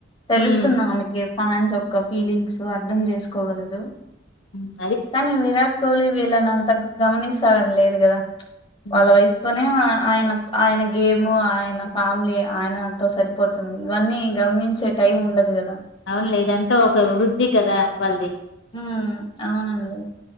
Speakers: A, on the left; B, on the left.
A: తెలుస్తుందా
B: హ్మ్.
A: ఆమెకి ఫ్యాన్స్ యొక్క ఫీలింగ్స్ అర్థం చేసుకోగలదు
B: మ్
A: కానీ విరాట్ కోహ్లీ వీళ్ళని అంత గమనిస్తాడని లేదు కదా
B: హ్మ్.
A: వాళ్ళ వైస్తోనే ఆ ఆయన ఆయన గేమ్ ఆయన ఫ్యామిలీ ఆయనతో సరిపోతుం ఇవన్నీ గమనించే టైం ఉండదు కదా
B: అవునులే ఇదంతా ఒక వృద్ధి కదా వాళ్ళది
A: మ్ అవునండి